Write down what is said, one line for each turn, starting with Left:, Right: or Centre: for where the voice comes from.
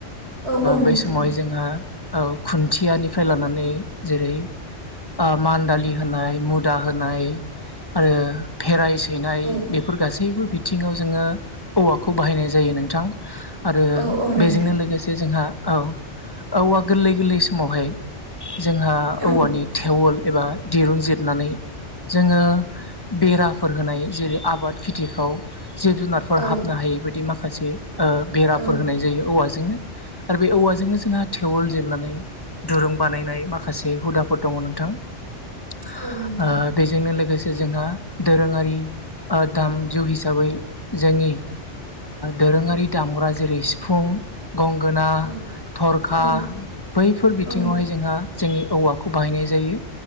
Right: औ औ नोंथां
Left: बै समावहाय जोङो खुन्थियानिफ्राय लानानै जेरै मान दालि होनाय मुदा होनाय आरो भेराइस सैनाय
Right: औ
Left: बेफोर गासैबो बिथिङाव जोङो औवाखौ बाहायनाय जायो नोंथां आरो
Right: औ औ नोंथां
Left: बेजोंनो लोगोसे जोंहा औ औवा गोरलै गोरलै समावहाय जोंहा
Right: औ
Left: औवानि थेवोल एबा दिरुं जिरनानै जोङो बेराफोर होनाय जेरै आबाद खेथिफ्राव जिब जुनारफोर
Right: औ
Left: हाबनो हायै बदि माखासे बेराफोर
Right: औ
Left: होनाय जायो औवाजोंनो आरो बे औवाजोंनो जोंहा थेवल जेरनानै दुरुं बानायनाय माखासे हुदाफोर दङ नोंथां ओ
Right: औ नोंथां
Left: बेजोंनो लोगोसे जोंहा दोरोङारि दामजु हिसाबै जोंनि दोरोङारि दामग्रा जेरै सिफुं गंगोना
Right: औ
Left: थरखा
Right: औ
Left: बैफोर बिथिङावहाय
Right: औ
Left: जोंहा जोंनि औवाखौ बाहायनाय जायो